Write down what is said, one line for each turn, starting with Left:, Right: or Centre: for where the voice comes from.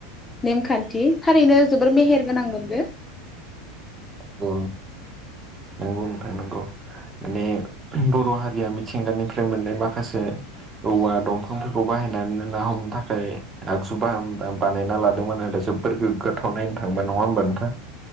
Left: नेमखान्थि थारैनो जोबोर मेहेर गोनांमोन बे।
Right: अ नंगौ नोंथां नंगौ। माने बर' हारिया मिथिंगानिफ्राय मोननाय माखासे औवा दंफांफोरखौ बाहायनानै ना हमनो थाखाय आगजु बाह बानायना लादोंमोन आरो जोबद गोग्गाथाव नायनो था। ङोबा नङा होमबा नोंथां